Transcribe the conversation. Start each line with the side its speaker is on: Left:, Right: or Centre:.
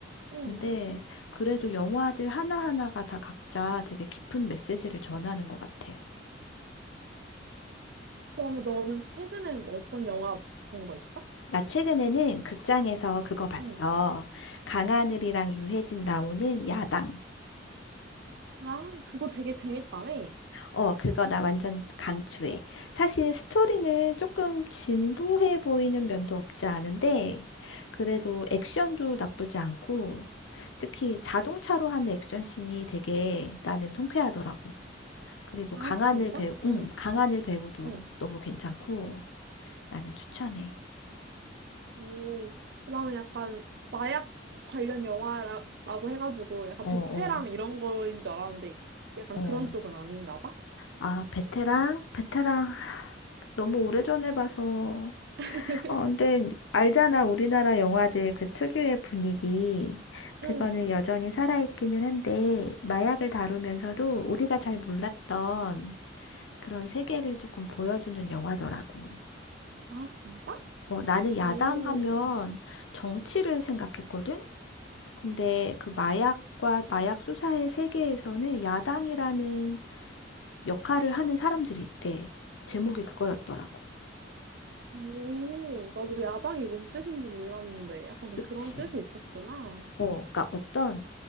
Right: 응.
Left: 근데 그래도 영화들 하나하나가 다 각자 되게 깊은 메시지를 전하는 것 같아.
Right: 그러면 너는 최근에 뭐 어떤 영화 본 거 있어?
Left: 나 최근에는 극장에서 그거 봤어.
Right: 응.
Left: 강하늘이랑 유해진 나오는 야당.
Right: 아, 그거 되게 재밌다며.
Left: 어, 그거 나 완전 강추해. 사실 스토리는 조금 진부해 보이는 면도 없지 않은데, 그래도 액션도 나쁘지 않고, 특히 자동차로 하는 액션 씬이 되게 나는 통쾌하더라고. 그리고
Right: 아,
Left: 강하늘
Right: 진짜?
Left: 배우, 음,
Right: 응,
Left: 강하늘 배우도
Right: 응.
Left: 너무 괜찮고, 나는 추천해.
Right: 오, 나는 약간 마약 관련 영화라고 해가지고 약간
Left: 어,
Right: 베테랑
Left: 어,
Right: 이런 거인 줄 알았는데 약간
Left: 어.
Right: 그런 쪽은 아닌가 봐.
Left: 아, 베테랑? 베테랑. 하, 너무 오래전에 봐서.
Right: <laughs>
Left: 어, 근데 알잖아. 우리나라 영화들 그 특유의 분위기. 그거는
Right: 응.
Left: 여전히 살아있기는 한데, 마약을 다루면서도 우리가 잘 몰랐던 그런 세계를 조금 보여주는 영화더라고.
Right: 아, 진짜?
Left: 뭐 나는
Right: 오,
Left: 야당하면 정치를 생각했거든? 근데 그 마약과 마약 수사의 세계에서는 야당이라는 역할을 하는 사람들이 있대. 제목이 그거였더라고.
Right: 오, 나도 야당이 뭔 뜻인지 몰랐는데 약간
Left: 그치.
Right: 그런 뜻이 있었구나.
Left: 어, 그러니까 어떤